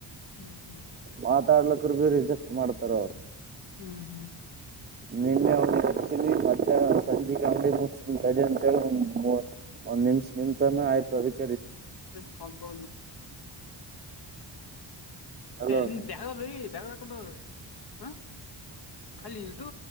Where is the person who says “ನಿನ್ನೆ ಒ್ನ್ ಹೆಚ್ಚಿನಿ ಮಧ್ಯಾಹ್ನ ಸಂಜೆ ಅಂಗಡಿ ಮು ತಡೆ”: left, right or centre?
Right